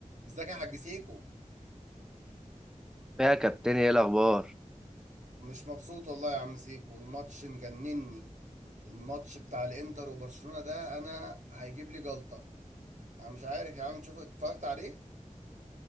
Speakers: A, on the right (about 65°); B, in the centre.
A: ازيك يا حاج سيكو
B: يا كابتن ايه الاخبار
A: مش مبسوط والله يا عم سيكو الماتش مجنني الماتش بتاع الانتر وبرشلونة ده انا هيجيب لي جلطة انا مش عارف يا عم تشوف اتفرجت عليه